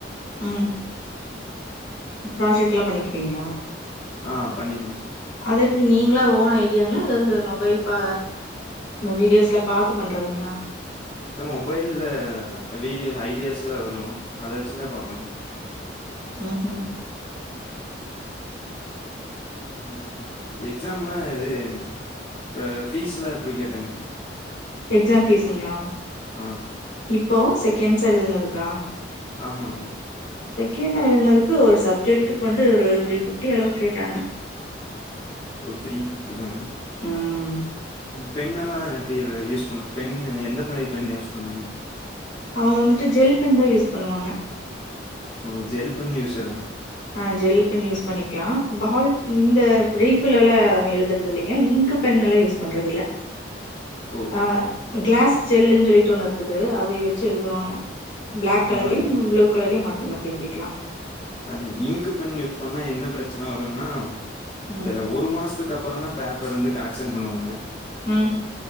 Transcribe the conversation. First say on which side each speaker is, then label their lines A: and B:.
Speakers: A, on the left; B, on the left.
A: ம் ப்ராஜெக்ட்லா பண்ணிக்வீங்ளா
B: ஆ பண்ணிப்பேங்
A: அது எப்டி நீங்ளா ஓன் ஐடியாங்ளா ஏதாவது மொபைல் பா வீடியோஸ் இல்ல பாத்து பண்றதுங்ளா
B: மொபைல்ல வீடியோஸ் ஐடியாஸ்லா வரு அத வச்சுதா பாப்பங்க
A: ம் ஹூ
B: ம் எக்ஸாம்லா இது அ ஃபீஸ்லா எப்டி கெட்டங்
A: எக்ஸாம் ஃபீஸ்சுங்ளா
B: ஆ
A: இப்போ செகண்ட் சார் எழுதுனதுக்கா
B: ஆமாங்க
A: செகண்ட்டா எழுதுனதுக்கு ஒரு சப்ஜெக்ட்க்கு வந்து ஒரு த்ரீ ஃபிப்டி அளவுக் கேட்டாங்க
B: ஓ த்ரீ ஃபிப்டி தான
A: ம்
B: ம் பெண்ணெல்லா எப்டி யூஸ் பண்ணு பெண்ணு எந்த மாரி பெண்ணு யூஸ் பண்னுங்க
A: அவுங்க வந்துட்டு ஜெல் பென் தா யூஸ் பண்ணுவாங்க
B: நா ஒரு ஜெல் பென் யூஸ்சருங்க
A: ஆ‌ ஜெல் பென் யூஸ் பண்ணிக்கலா பால் இந்த ரீஃப்ல எல்லா அவே எழுதுறது இல்லைங்க இங்கு பென் எல்லா யூஸ் பண்றது இல்ல
B: ஓ!
A: அ கிளாஸ் ஜெல்லுன்னு சொல்லிட்டு ஒன்னு இருக்குது அத வெச்சக எழுதுவாங்க பிளாக் கலர்லேயு
B: ஆமாங்க.
A: ப்ளூ கலர்லயு மாத்தி மாத்தி எழுதிக்கலா
B: அது இங்க் பெண் யூஸ் பண்ணா என்ன பிரச்சன வரும்னா
A: ம்
B: இந்த ஒரு மாசத்துக்கு அப்பறோ தா பேப் பேப்பர் வந்து கரெக்ஷன் பண்ணுவாங்க
A: ம்